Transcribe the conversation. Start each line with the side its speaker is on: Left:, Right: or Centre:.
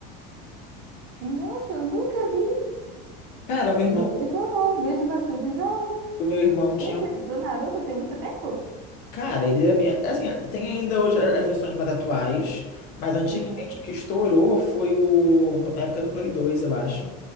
Right: Nossa, eu nunca vi.
Left: Cara, meu irmão...
Right: E olha que eu vou, vejo bastante jogos.
Left: O meu irmão tinha
Right: Esse do Naruto tem muito tempo?
Left: Cara, ele é bem. Assim, tem ainda hoje as versões mais atuais, mas antigamente
Right: Aham,
Left: o que estourou foi o. no- Na época do Play 2 eu acho.